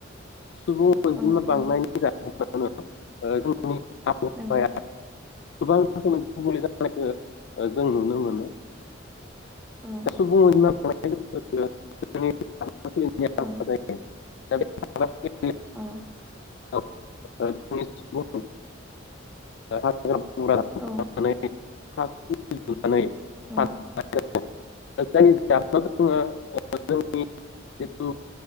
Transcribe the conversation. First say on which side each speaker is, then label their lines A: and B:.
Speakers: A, on the left (about 60°); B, in the centre.
A: सुबुं अनजिमा
B: औ
A: बांनायनि
B: औ
A: जाहोनावनो ओ जोंनि <unintelligible>
B: औ
A: <unintelligible> गुबुंले जानायखौ ओ जों नुनो मोनो
B: औ
A: सुबुं <unintelligible>
B: औ
A: जायो <unintelligible>
B: औ
A: <unintelligible> हाग्रा बंग्रा दानस्रांनानै
B: औ
A: <unintelligible> <unintelligible>
B: औ
A: थानो <unintelligible>